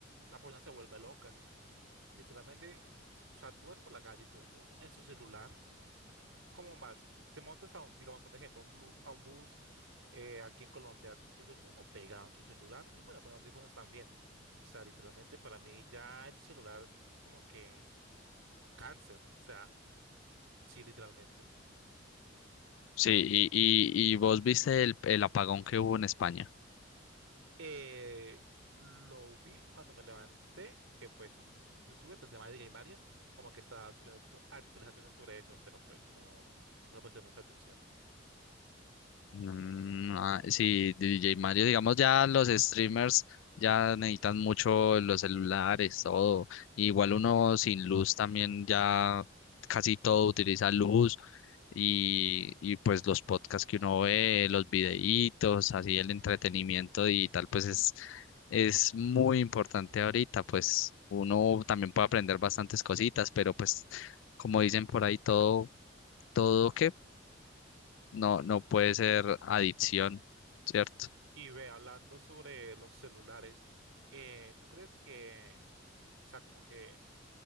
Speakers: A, on the right; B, on the left.
A: Esa persona se vuelve loca. Literalmente, o sea, tú vas por la calle y todo el mundo en su celular. ¿Cómo vas? Te montas a un, digamos, por ejemplo, un blu- a un bus eh, aquí en Colombia, todo el mundo pegado en su celular y bueno, con audífonos también. O sea, literalmente para mí ya el celular es como que un cáncer. O sea, sí, literalmente.
B: Sí, y, y, y vos viste el, el apagón que hubo en España.
A: Eh, lo vi cuando me levanté, que pues un youtuber que se llama DJ Mario, como que estaba subiendo actu- actualizaciones sobre eso, pero pues no, no le presté mucha atención.
B: Mm, ah, sí, DJ Mario, digamos ya los streamers ya necesitan mucho los celulares, todo. Igual uno sin luz también ya casi todo utiliza luz y, y pues los podcasts que uno ve, los videitos, así el entretenimiento digital, pues es, es muy importante ahorita, pues uno también puede aprender bastantes cositas, pero pues como dicen por ahí, todo, todo que no, no puede ser adicción, ¿cierto?
A: Y ve, hablando sobre los celulares, eh, ¿tú crees que, o sea, como que